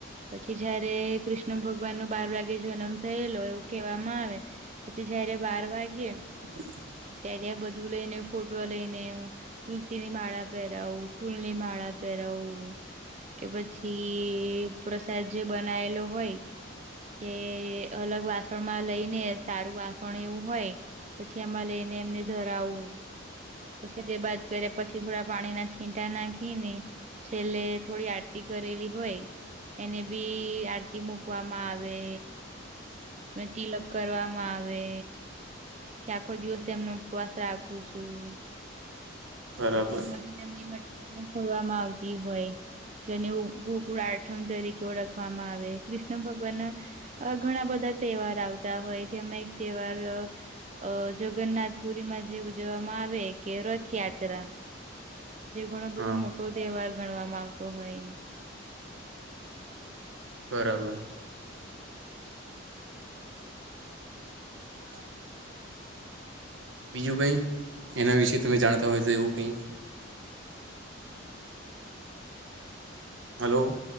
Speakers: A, on the right (about 35°); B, on the right (about 75°).
A: પછી. જયારે કૃષ્ણ ભગવાન નો બાર વાગે જન્મ થયેલો એવું કહેવામાં આવે. પછી જયારે બાર વાગે.
B: <inaudible> <unintelligible>
A: ત્યારે્યા બધું લઈ ને ફોટો લઈને. તુલસી ની માળા પહેરાવું ફૂલ ની માળા પહેરાવું. કે પછી પ્રસાદ જે બનાયેલો હોય. કે અલગ વાસણમાં લઈને સારું વાસણ એવું હોય. પછી એમાં લઈને એમને ધરાઉ. પછી તે બાદ કર્યા પછી થોડા પાણી ના છીંટા નાખી ને. છેલ્લે થોડી આરતી કરેલી હોય એને. બી આરતી મુકવામાં આવે. અને તિલક કરવામાં આવે. આખો દિવસ એમનો ઉપવાસ રાખું છું.
B: બરાબર
A: તે દિવસે તેમની મટકી પણ ખોડવામાં આવતી હોય. જેને ગોકુળ આઠમ તરીકે ઓળખવામાં આવે કૃષ્ણ ભગવાન ના. અ ઘણા બધા તહેવાર આવતા હોય જેમાં એક તહેવાર. અ જગન્નાથ પુરી માં જે ઉજવવામાં આવે કે રથયાત્રા. જે ઘણો બધો
B: હા
A: મોટો તહેવાર ગણવામાં આવતો હોય.
B: બરાબર. <unintelligible> બીજું કઈ એના વિશે તમે જાણતા હોય તો એવું કઈ.
A: હા.
B: હલો.